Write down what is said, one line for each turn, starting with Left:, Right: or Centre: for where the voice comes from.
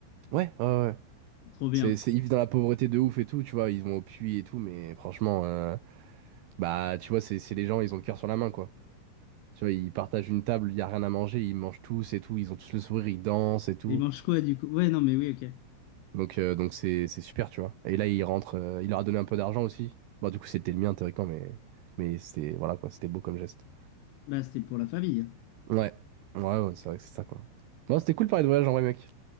Right: Ouais, ouais, ouais.
Left: Trop bien.
Right: C'est, c'est, ils vivent dans la pauvreté de ouf et tout, tu vois, ils vont au puits et tout, mais franchement, euh, bah, tu vois, c'est c'est les gens, ils ont le cœur sur la main, quoi. Tu vois, ils partagent une table, il y a rien à manger, ils mangent tous et tout, ils ont tous le sourire, ils dansent et tout.
Left: Et ils mangent quoi, du coup? Ouais, non, mais oui, ok.
Right: Donc, euh, donc c'est c'est super, tu vois. Et là, ils rentrent, euh, il leur a donné un peu d'argent aussi. Bon, du coup, c'était le mien, théoriquement, mais, mais c'était, voilà, quoi, c'était beau comme geste.
Left: Bah, c'était pour la famille. hein.
Right: Ouais, ouais, ouais, c'est vrai que c'est ça, quoi. Bon, c'était cool de parler de voyage en vrai, mec.